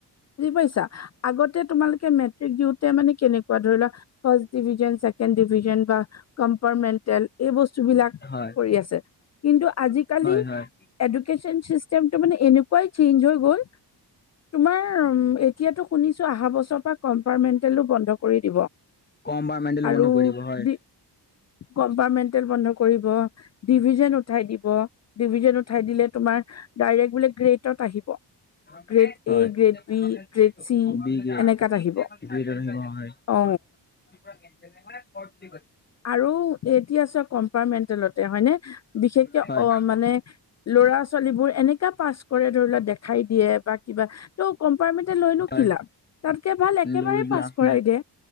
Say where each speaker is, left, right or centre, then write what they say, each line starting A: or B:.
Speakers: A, on the left; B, on the left.
A: বুজি পাইছা আগতে তোমালোকে মেট্ৰিক। দিওতে মানে কেনেকোৱা ধৰি লোৱা ফ্ৰাষ্ট ডিজিটেল ছেকেণ্ড ডিজিটেল বা কম। পাৰ মেণ্টেল সেই বস্ত বিলাক
B: হয়।
A: কৰি আছে কিন্তু আজি কালি
B: হয় হয়।
A: এডোকেচন। ছিষ্টেম টো মানে এনেকুৱাই চেঞ্জ হৈ গ'ল। তোমাৰ এতিয়াতো শুনিছো অহা বছৰৰ পৰা কম্পাৰ্মেন্টেলো বন্ধ কৰি দিব।
B: কম বাৰ মেণ্টেলো
A: আৰু
B: বন্ধ কৰিব হয়।
A: দি গম। ডিপাৰ্টমেণ্টেল বন্ধ কৰিব ডিভিজন উঠাই দিব। ডিভিজন উঠাই দিলে তোমাৰ ডাইৰেক্ট বোলে গ্ৰেটত আহিব।
B: হয়।
A: Grade A, grade B, grade C এনেকাত আহিব। অ।
B: <unintelligible>
A: আৰু এতিয়া আছে কম্পাৰ্টমেন্টেলতে হয়নে বিশেষকে
B: হয়,
A: অ মানে ল'ৰা। ল'ৰা ছোৱালীবোৰ এনেকা। পাছ কৰে ধৰি লোৱা দেখাই দিয়ে বা কিবা ত' কম্পাৰ্টমেন্টেল লৈনো
B: হয়,
A: কি লাভ তাত। কে ভাল একেবাৰে
B: লৈ
A: পাছ
B: লাভ
A: কৰাই
B: নাই।
A: দে